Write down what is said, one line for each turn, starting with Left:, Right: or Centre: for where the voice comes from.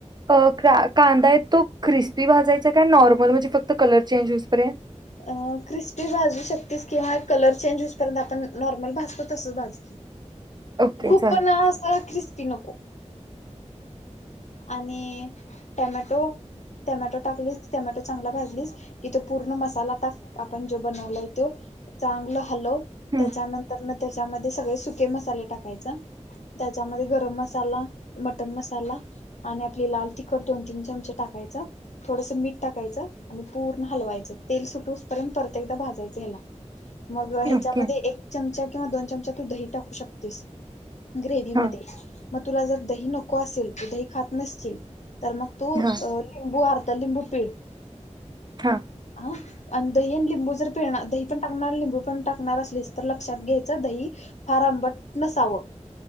Right: अ क कांदा य तो क्रिस्पी भाजायचा काय नॉर्मल म्हणजे फक्त कलर चेंज हो इस पर्यंत
Left: अ क्रिस्पी भाजू शकतीस किंवा कलर चेंज होसपर्यंत आपण नॉर्मल भाजतो तसच भाज कि
Right: ओके
Left: खूप
Right: चालेल
Left: पण असं ख्रिस ती नको. आणि टमॅटो टमॅटो टाकलीस टमॅटो चांगला भाजली की तो पूर्ण मसाला टाक आपण जो बनवलाय तो चांगल हलव
Right: हं
Left: त्याच्यानंतर ना त्याच्यामध्ये सगळे सुके मसाले टाकायचे त्याच्यामध्ये गरम मसाला मटण मसाला आणि आपली लाल तिखट दोन तीन चमचे टाकायचं थोडसं मीठ टाकायचं आणि पूर्ण हलवायचं तेल सुटूपर्यंत परत एकदा भाजायचं ह्याला. मग ह्याच्यामध्ये
Right: ओके
Left: एक चमचा किंवा दोन चम तू दही टाकू शकतीस. ग्रेवी
Right: हां
Left: मध्ये म तुला जर दही नको असेल त दही खात नसशील तर मग तू अ
Right: हां
Left: लिंबू आरदा लिंबू पीळ.
Right: हा.
Left: उफ! आणू दही आणि लिंबू जर पिळणार दही पण टाकणार लिंबू पण टाकणार असलीस तर लक्षात घ्यायचं दही फार आंबट नसावं.